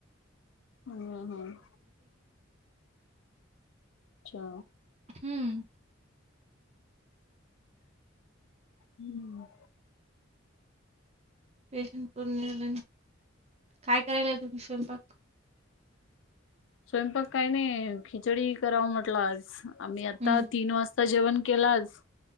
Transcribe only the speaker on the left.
हम् हम् अच् च
हम्म
स्वयंपाक काही नाही खिचडी कराव म्हटलं आज आम्ही आता
तीन वाजता जेवण केलाच